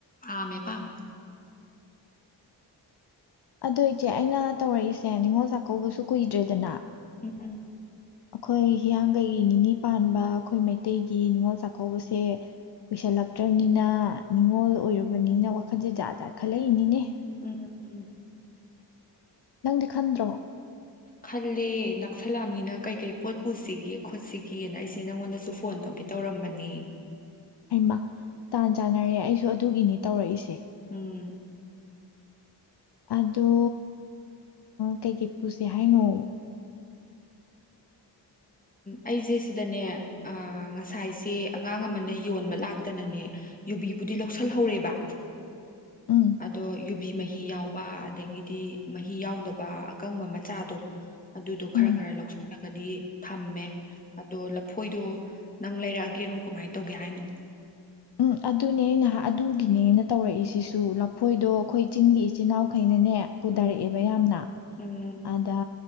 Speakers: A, on the left; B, on the left.
A: ꯑꯃꯦ ꯄꯝ
B: ꯑꯗꯨꯣ ꯏꯆꯦ ꯑꯩꯅ ꯇꯧꯔꯛꯏꯁꯦ ꯅꯤꯡꯉꯣꯜ ꯆꯥꯛꯀꯧꯕꯁꯨ ꯀꯨꯏꯗ꯭ꯔꯦꯗꯅ
A: ꯎꯝ
B: ꯑꯩꯈꯣꯏ ꯍꯤꯌꯥꯡꯒꯩ ꯅꯤꯅꯤ ꯄꯥꯟꯕ ꯑꯩꯈꯣꯏ ꯃꯩꯇꯩꯒꯤ ꯅꯤꯡꯅꯤꯉꯣꯜ ꯆꯥꯛꯀꯧꯕꯁꯦ ꯀꯨꯏꯁꯜꯂꯛꯇ꯭ꯔꯕꯅꯤꯅ ꯅꯤꯡꯅꯤꯉꯣꯜ ꯑꯣꯏꯔꯨꯕꯅꯤꯅ ꯋꯥꯈꯜꯁꯦ ꯖꯥꯠ ꯖꯥꯠ ꯈꯜꯂꯛꯏꯅꯤꯅꯦ
A: ꯎꯝ
B: ꯅꯪꯗꯤ ꯈꯟꯗ꯭ꯔꯣ
A: ꯈꯜꯂꯦ ꯅꯛꯁꯂꯥꯝꯅꯤꯅ ꯀꯩꯀꯩ ꯄꯣꯠ ꯄꯨꯁꯤꯒꯦ ꯈꯣꯠꯁꯤꯒꯦꯅ ꯑꯩꯁꯦ ꯅꯪꯉꯣꯟꯗꯁꯨ ꯐꯣꯟ ꯇꯧꯒꯦ ꯇꯧꯔꯝꯕꯅꯦ
B: ꯑꯩꯃ ꯇꯥꯟ ꯆꯥꯟꯅꯔꯦ ꯑꯩꯁꯨ ꯑꯗꯨꯒꯤꯅꯤ ꯇꯧꯔꯛꯏꯁꯦ
A: ꯎꯝ
B: ꯑꯗꯣ ꯀꯩꯀꯩ ꯄꯨꯁꯤꯦ ꯍꯥꯏꯅꯣ
A: ꯑꯩꯁꯦ ꯁꯤꯗꯅꯦ ꯉꯁꯥꯏꯁꯦ ꯑꯉꯥꯡ ꯑꯃꯅ ꯌꯣꯟꯕ ꯂꯥꯛꯇꯅꯅꯦ ꯌꯨꯕꯤꯕꯨꯗꯤ ꯂꯧꯁꯤꯜꯍꯧꯔꯦꯕ
B: ꯎꯝ
A: ꯑꯗꯣ ꯌꯨꯕꯤ ꯃꯍꯤ ꯌꯥꯎꯕ ꯑꯗꯒꯤꯗꯤ ꯃꯍꯤ ꯌꯥꯎꯗꯕ ꯑꯀꯪꯕ ꯃꯆꯥꯗꯣ ꯑꯗꯨꯗꯣ ꯈꯔ
B: ꯎꯝ
A: ꯈꯔ ꯂꯧꯁꯜꯂꯒꯗꯤ ꯊꯝꯃꯦ ꯑꯗꯣ ꯂꯐꯣꯏꯗꯣ ꯅꯪ ꯂꯩꯔꯛꯑꯒꯦꯔꯣ ꯀꯃꯥꯏꯅ ꯇꯧꯒꯦ ꯍꯥꯏꯅꯣ
B: ꯎꯝ ꯑꯗꯨꯅꯦ ꯑ ꯅꯍ ꯑꯗꯨꯒꯤꯅꯦꯅ ꯇꯧꯔꯛꯏꯁꯤꯁꯨ ꯑꯗꯨ ꯂꯐꯣꯏꯗꯣ ꯑꯩꯈꯣꯏ ꯆꯤꯡꯒꯤ ꯆꯅꯥꯎꯈꯩꯩꯅꯅꯦ ꯄꯨꯊꯔꯛꯑꯦꯕ
A: ꯎꯝ
B: ꯌꯥꯝꯅ
A: ꯎꯝ
B: ꯑꯗ